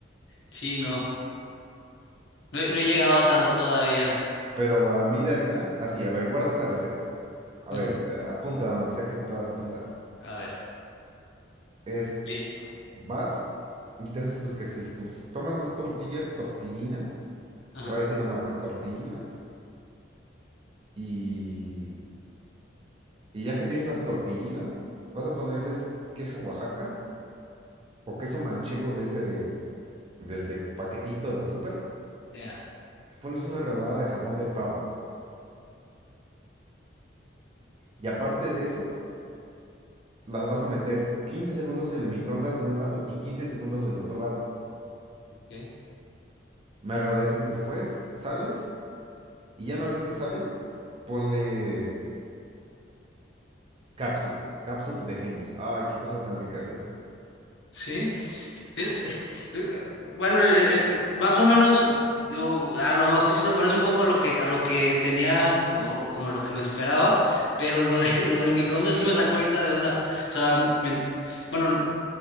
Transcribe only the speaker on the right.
Pero a mí de harina, así, a ver, guarda esta receta. A
ver, eh, apunta donde sea que puedas apuntar.
Es,
vas y te haces tus quesos, tus, tomas dos tortillas, tortillinas,
te voy a decir la marca, tortillinas, y, y ya que tienes las tortillinas, vas a ponerles queso Oaxaca o queso manchego de ese, de- del de paquetito del súper.
pones una rebanada de jabón de pavo. Y aparte de eso, las vas a meter 15 segundos en el microondas de un lado y 15 segundos del otro lado.
Me agradeces después, sales y ya una vez que salen, ponle capsup, capsup de Heinz. Ay, qué cosa tan rica es eso.